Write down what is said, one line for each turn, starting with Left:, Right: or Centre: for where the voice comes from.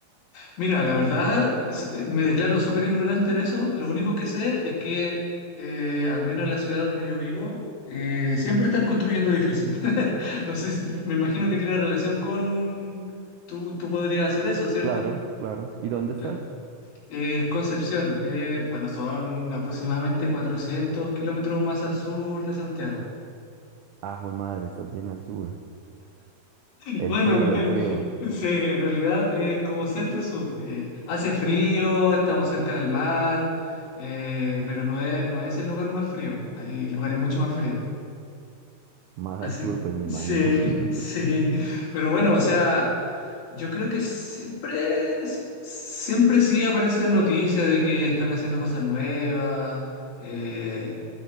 Left: Mira, la verdad, es- eh, me declaro súper ignorante en eso. Lo único que sé es que, eh, al menos en la ciudad donde yo vivo, eh, siempre están construyendo edificios. <laughs> No sé, si- me imagino que tiene relación con... Tú, tú podrías hacer eso, ¿cierto?
Right: Claro, claro. ¿Y dónde estás?
Left: Claro. Eh, Concepción, eh, bueno, son aproximadamente 400 kilómetros más al sur de Santiago.
Right: Ah, jue madre, estás bien al sur.
Left: <laughs>
Right: El
Left: Bueno,
Right: frío,
Left: en,
Right: el frío.
Left: en- sí, en realidad es como centro-sur. eh, hace frío, estamos cerca del mar, eh, pero no es, no es el lugar más frío. Hay lugares mucho más fríos.
Right: Más
Left: Así,
Right: al sur, pues me
Left: sí,
Right: imagino. <laughs>
Left: <laughs> sí. Pero bueno, o sea, yo creo que siempre, sie- siempre sí aparecen noticias de que están haciendo cosas nuevas. eh,